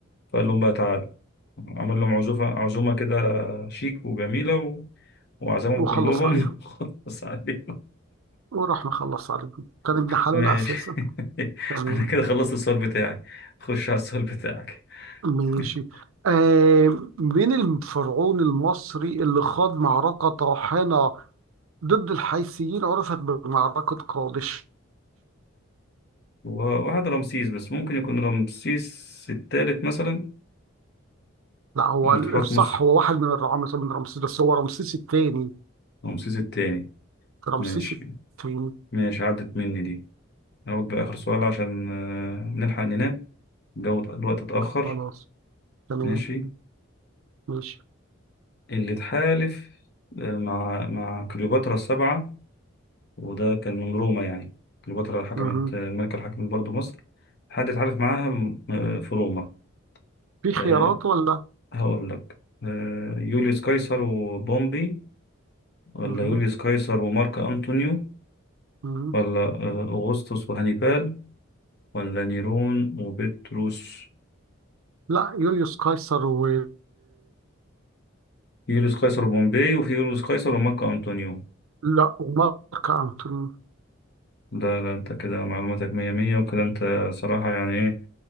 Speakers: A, on the left; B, on the right.
A: فقال لهم بقى تعالوا عمل لهم عزوفة عزومة كده شيك وجميلة و... وعزمهم
B: وخلص
A: كلهم
B: عليهم
A: <laughs> خلص عليهم
B: وراح مخلص عليهم كان ابن حلال
A: ماشي
B: أساسا
A: <laughs>
B: تمام
A: انا كده خلصت السؤال بتاعي خش على السؤال بتاعك
B: ماشي
A: <laughs>
B: آه من الفرعون المصري اللي خاض معركة طاحنة ضد الحيثيين عرفت بمعركة قادش
A: وواحد رمسيس بس ممكن يكون رمسيس التالت مثلا
B: لا هو
A: ولا
B: الصح
A: تحتمس
B: هو واحد من الرعامسة من رمسيس بس هو رمسيس الثاني
A: رمسيس التاني
B: رمسيس
A: ماشي
B: التاني
A: ماشي عدت مني دي اقول بقى اخر سؤال عشان آه، نلحق ننام الجو الوقت اتأخر
B: خلاص تمام
A: ماشي
B: ماشي
A: اللي اتحالف آه، مع مع كليوباترا السبعة وده كان من روما يعني كليوباترا حكمت
B: مهم.
A: الملكة اللي حكمت برضه مصر حد اتحالف معاها آه، في روما
B: في
A: آه،
B: خيارات ولا
A: هقول لك آه، يوليوس قيصر وبومبي ولا
B: مهم.
A: يوليوس قيصر ومارك أنطونيو
B: مهم.
A: ولا آه، أغسطس وهانيبال ولا نيرون وبطرس
B: لا يوليوس قيصر و
A: في يوليوس قيصر وبومبي وفي يوليوس قيصر ومارك أنطونيو
B: لا ومارك أنتوني
A: لا لا انت كده معلوماتك مية مية وكده انت صراحة يعني ايه